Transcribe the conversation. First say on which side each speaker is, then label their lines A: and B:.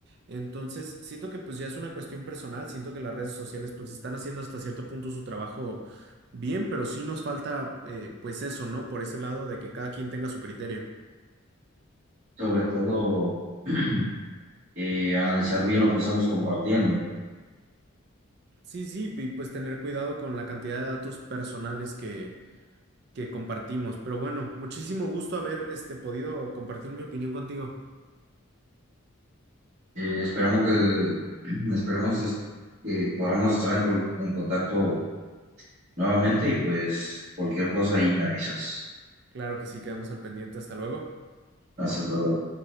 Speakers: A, on the right (about 50°); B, on the right (about 35°).
A: Entonces, siento que pues ya es una cuestión personal, siento que las redes sociales pues están haciendo hasta cierto punto su trabajo bien, pero sí nos falta, eh, pues eso, ¿no? Por ese lado de que cada quien tenga su criterio.
B: sobre todo <clears throat> eh, analizar bien lo que estamos compartiendo.
A: Sí, sí, y pues tener cuidado con la cantidad de datos personales que, que compartimos. Pero bueno, muchísimo gusto haber este, podido compartir mi opinión contigo.
B: Eh, esperemos que, <clears throat> esperemos es- que podamos estar en, col- en contacto nuevamente y pues cualquier cosa ahí me avisas.
A: Claro que sí, quedamos al pendiente. Hasta luego.
B: Hasta luego.